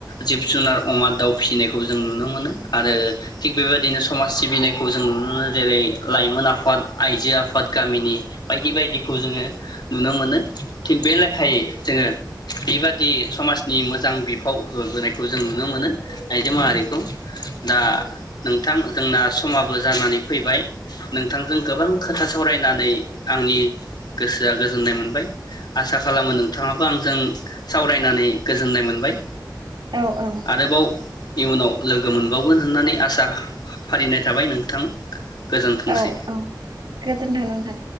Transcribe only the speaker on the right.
औ औ
औ औ गोजोनथों नोंथां‌।